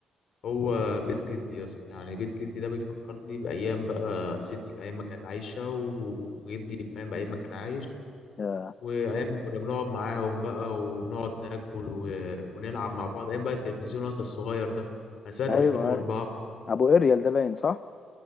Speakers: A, on the left (about 65°); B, on the left (about 45°).
A: هو بيت جدي يا اسطى يعني بيت جدي ده بيفكرني بايام بقى ستي ايام ما كانت عايشه و- وجدي فاهم ايام ما كان عايش
B: آه،
A: وايام ما كنا بنقعد معاهم بقى ونقعد ناكل و... ونلعب مع بعض ايام بقى التلفزيون يا اسطى الصغير ده كان سنه
B: أيوه
A: 2004
B: أيوة. أبو إريال ده باين صح؟